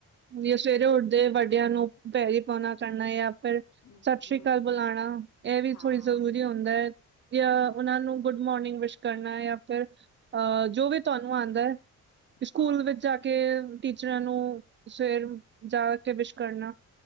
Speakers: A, on the right; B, on the left.
A: ਵੀਰ ਸਵੇਰੇ ਉੱਠਦੇ ਵੱਡਿਆਂ ਨੂੰ ਪੈਰੀ ਪਾਉਣਾ ਕਰਨਾ ਜਾਂ ਫਿਰ
B: ਹਮ
A: ਸਤਿ ਸ੍ਰੀ
B: ਹਮ
A: ਅਕਾਲ ਬੁਲਾਉਣਾ। ਇਹ ਵੀ
B: ਹਾਂ
A: ਥੋੜ੍ਹੀ ਜ਼ਰੂਰੀ ਹੁੰਦਾ ਹੈ। ਜਾਂ
B: ਹਾਂ
A: ਉਹਨਾ ਨੂੰ ਗੁੱਡ ਮੋਰਨਿੰਗ ਵਿਸ਼ ਕਰਨਾ ਜਾਂ ਫਿਰ ਅਹ, ਜੋ ਵੀ ਤੁਹਾਨੂੰ ਆਉਂਦਾ ਹੈ। ਸਕੂਲ
B: ਹਾਂ ਹਾਂ
A: ਵਿੱਚ ਜਾ ਕੇ ਟੀਚਰਾਂ ਨੂੰ ਸਵੇਰ ਜਾ ਕੇ ਵਿਸ਼ ਕਰਨਾ।